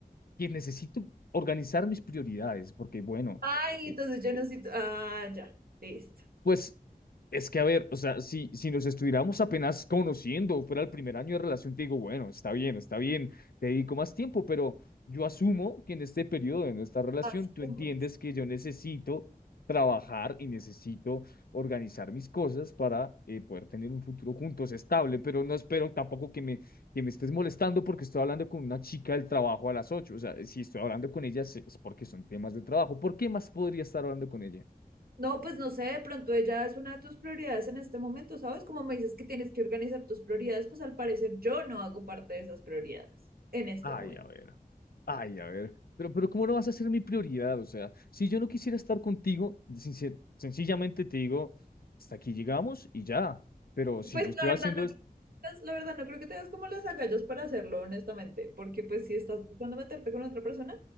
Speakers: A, on the left; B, on the right.
A: que necesito organizar mis prioridades porque, bueno,
B: Ay,
A: eh,
B: entonces yo no siento, ah, ya, listo.
A: pues... Es que, a ver, o sea, si, si nos estuviéramos apenas conociendo, fuera el primer año de relación, te digo, bueno, está bien, está bien, te dedico más tiempo, pero yo asumo que en este periodo de nuestra relación
B: Así
A: tú
B: como
A: entiendes que yo necesito trabajar y necesito organizar mis cosas para eh, poder tener un futuro juntos estable, pero no espero tampoco que me, que me estés molestando porque estoy hablando con una chica del trabajo a las ocho o sea, si estoy hablando con ella es es porque son temas de trabajo, ¿por qué más podría estar hablando con ella?
B: No, pues no sé, de pronto ella es una de tus prioridades en este momento, ¿sabes? Como me dices que tienes que organizar tus prioridades, pues al parecer yo no hago parte de esas prioridades en este
A: Ay,
B: momento.
A: a ver, ay, a ver. Pero, pero ¿cómo no vas a ser mi prioridad? O sea, si yo no quisiera estar contigo, sincer- sencillamente te digo, hasta aquí llegamos y ya. Pero si
B: Pues
A: yo estoy
B: la
A: haciendo
B: verdad no,
A: es,
B: creo- la verdad no creo que tengas como las agallas para hacerlo, honestamente, porque pues si estás buscando meterte con otra persona,